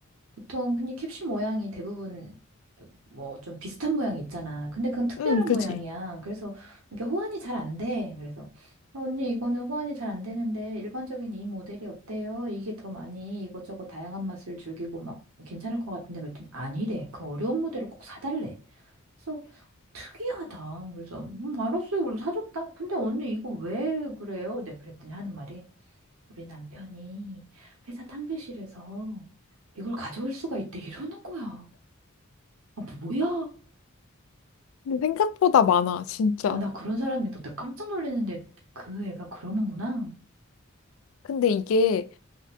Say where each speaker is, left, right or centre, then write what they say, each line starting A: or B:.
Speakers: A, on the right (about 80°); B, on the left (about 70°).
A: 보통 흔히 캡슐 모양이 대부분 뭐 좀 비슷한 모양이 있잖아. 근데 그건 특별한
B: 응, 그지.
A: 모양이야. 그래서 이렇게 호환이 잘 안 돼. 그래서 어, 언니 이거는 호환이 잘 안 되는데 일반적인 이 모델이 어때요? 이게 더 많이 이것저것 다양한 맛을 즐기고 막 괜찮을 것 같은데 그랬더니 아니래. 그 어려운 모델을 꼭 사달래. 그래서 특이하다. 그래서 음, 알았어요. 그래서 사줬다. 근데 언니 이거 왜 그래요? 내가 그랬더니 하는 말이 우리 남편이 회사 탕비실에서 이걸 가져올 수가 있대 이러는 거야. 아, 뭐야?
B: 근데 생각보다 많아, 진짜.
A: 아, 나 그런 사람인데 나 깜짝 놀랐는데 그 애가 그러는구나.
B: 근데 이게